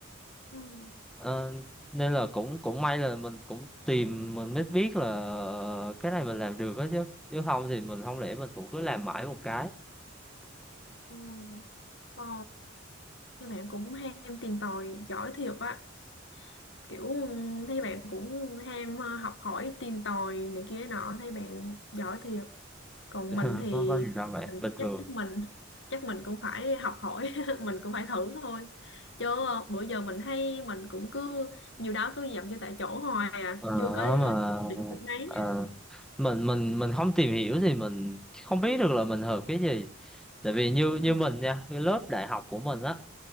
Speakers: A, on the left; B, in the centre.
A: Ừ. Ừ.
B: Ờ, nên là cũng cũng may là mình cũng tìm mình mới biết là ờ, cái này mình làm được á chứ chứ không thì mình không lẽ mình cũng cứ làm mãi một cái
A: Ồ, Ồ, các bạn cũng ham tìm tòi giỏi thiệt á. kiểu ừ, thấy bạn cũng ham ờ, học hỏi tìm tòi này kia nọ thấy bạn giỏi thiệt còn
B: <laughs>
A: mình thì
B: có có gì đâu vậy
A: mình
B: bình
A: chắc
B: thường
A: chắc mình chắc mình cũng phải học hỏi <laughs> mình cũng phải thử thôi chứ ờ, bữa giờ mình thấy mình cũng cứ nhiều đó cứ dậm chân tại chỗ hoài à
B: Ờ,
A: chưa có ờ,
B: mà
A: điểm được mấy
B: ờ, mình mình mình không tìm hiểu thì mình không biết được là mình hợp cái gì tại vì như
A: ừ,
B: như mình nha cái lớp đại học của mình á